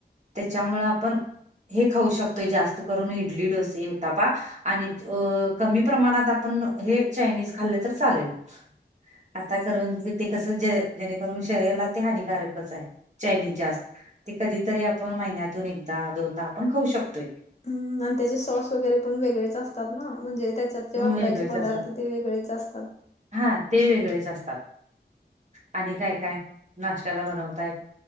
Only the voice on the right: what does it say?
त्याच्यामुळ आपण हे खाऊ शकतोय जास्त करून इडली, डोसे, उत्तप्पा. आणि अ कमी प्रमाणात आपण हे चायनीज खाल्लं तर चालेल. आता करून ते कसं जे जेणेकरून शरीराला ते हानिकारकच आहे चायनीज जास्त ते कधीतरी आपण महिन्यातून एकदा दोनदा आपण खाऊ शकतोय.
वेगळेच
असतात.
हा ते वेगळेच असतात, आणि काय काय नाष्ट्याला बनवताय?